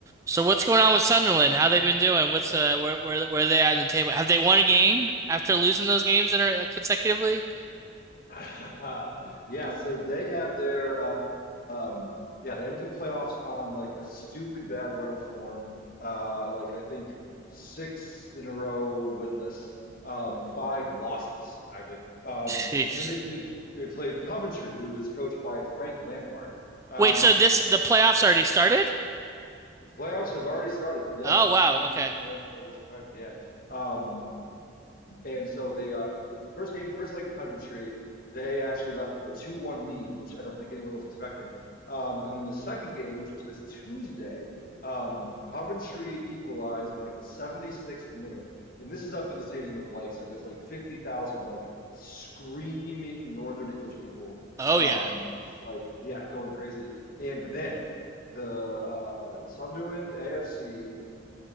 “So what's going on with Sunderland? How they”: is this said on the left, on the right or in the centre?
Right